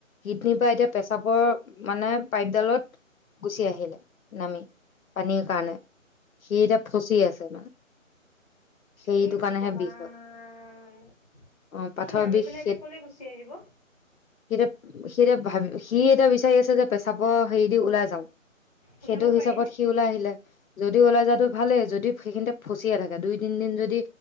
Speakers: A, on the left (about 80°); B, on the left (about 30°).
A: কিডনীৰ পৰা এতিয়া পেচাবৰ মানে পাইপডালত গুচি আহিলে নামি পানীৰ কাৰণে সি এতিয়া ফচি আছে মানে সেইটো
B: এ ভগৱান
A: কাৰণেহে বিষ হয়
B: স
A: অ পাথৰ
B: নামি
A: বিষ
B: পেলাই
A: সি
B: এতিয়া কলে গুচি আহিব
A: এতিয়া সি এতিয়া ভাবি সি এতিয়া বিচাৰি আছে যে পেচাবৰ হেৰি দি ওলাই যাওঁ
B: ওলাব
A: সেইটো হিচাপত
B: পাৰিনে?
A: সি ওলাই আহিলে যদি ওলাই যাৱাটো ভালেই যদি সেইখিনিতে ফচিয়ে থাকে দুই তিন দিন যদি